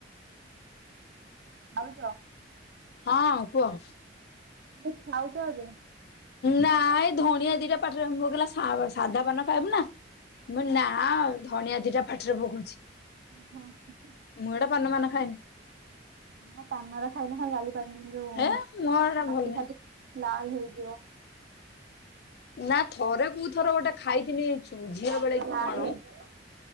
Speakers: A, on the right (about 55°); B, on the left (about 55°).
A: ଭାଉଜ
B: ହଁ କୁହ।
A: ଏ ଖାଉଛ ଏବେ?
B: ନାଇ ଧଣିଆ ଦିଟା ପାଟିରେ ବୋଉ କହିଲା ସା -ସାଧା ପାନ ଖାଇବୁନା। ମୁଁ ନା ଧଣିଆ ଦିଟା ପାଟିରେ ପକଉଛି।
A: ଓ ହୋ ଉହୁଁ।
B: ମୁଁ ଏଟା ପାନ ଫାନ ଖାଏନି।
A: ହଁ ପାନରା ଖାଇଲେ ଖାଲି ଲାଲି ପାନି ଯୋଉ
B: ହେ ମୋର ଏଟା
A: ପାଟି
B: ଭଲ ନାହିଁ।
A: ଖାଲି ଲାଲ୍ ହେଇଯିବ।
B: ନା ଥରେ କୋଉ ଥର ଗୋଟେ ଖାଇଥିନି ଛୁ ଝିଅର
A: ଦାନ୍ତ
B: ବେଳେ କି
A: ଲାଲ
B: କଣ।
A: ହେଇଯିବ।